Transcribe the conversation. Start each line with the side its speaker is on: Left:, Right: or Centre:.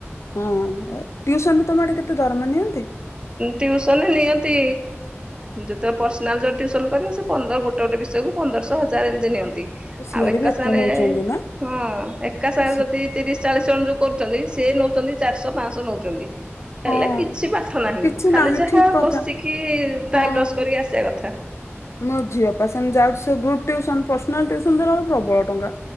Left: ହୁଁ ଟ୍ଯୁସନ୍ ରେ ତମ ଆଡେ କେତେ ଦରମା ନିଅନ୍ତ?
Right: ଟ୍ଯୁସନ୍ ରେ ନିଅନ୍ତି? ଯେତେବେଳେ ପର୍ସିନା ଯଦି ଟ୍ୟୁସନ୍ କରିବ ସେ ପନ୍ଦ ଗୋଟେ ଗୋଟେ ବିୟକୁ ପନ୍ଦରଶହ ହଜାରେ ଏମିତି ନିଅନ୍ତି।
Left: ଓ ସିଆଡେ
Right: ଆଉ ଏକା
Left: ବି ଏତେ
Right: ସାଙ୍ଗରେ
Left: ନଉଛନ୍ତି ନା
Right: ହଁ ଏକା ସାଙ୍ଗରେ
Left: ଅଛି
Right: ଯଦି ତିରିଶି ଚାଳିଶି ଜଣ ଯୋଉ କରୁଚନ୍ତି ସିଏ ନଉଛନ୍ତି ଚାରିଶହ ପାଞ୍ଚଶହ ନଉଚନ୍ତି ହେଲେ
Left: ହଁ
Right: କିଛି ପା ପାଠ ନାହିଁ
Left: କିଛି
Right: ଖାଲି
Left: ନାହିଁ
Right: ଯାହା
Left: ଠିକ କଥା
Right: ବସିକି
Left: ହଁ
Right: ଟାଇମ୍ ଲସ୍ କରିକି ଆସିବା କଥା
Left: ମୋ ଝିଅ ପା ସେମିତି ଯାଉଛି ଗ୍ରୁପ୍ ଟ୍ଯୂସୁନ୍ ପ୍ରର୍ସିନାଲ ଟ୍ଯୁସନ୍ ଦେଲବେଳ କୁ ପ୍ରବଳ ଟଙ୍କା